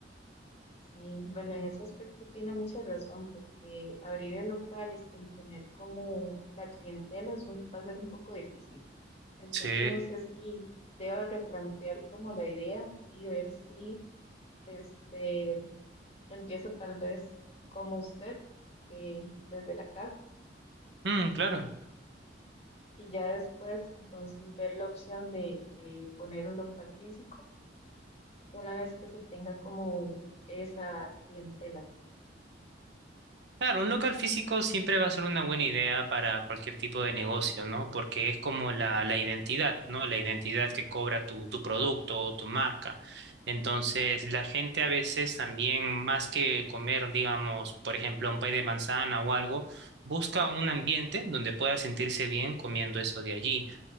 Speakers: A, on the left; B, on the right.
A: Sí, bueno, en ese aspecto tiene mucha razón porque abrir el local y sin tener como la clientela es un- va a ser un poco difícil. Entonces
B: Sí.
A: no sé si debo replantear como la idea y ver si este empiezo tal vez como usted, eh, desde la casa.
B: Mm, claro.
A: y ya después entonces ver la opción de, de poner un local físico una vez que se tenga como esa clientela.
B: Claro, un local físico siempre va a ser una buena idea para cualquier tipo de negocio, ¿no? Porque es como la, la identidad, ¿no? La identidad que cobra tu, tu producto o tu marca. Entonces, la gente a veces también, más que comer, digamos, por ejemplo, un pay de manzana o algo, busca un ambiente donde pueda sentirse bien comiendo eso de allí.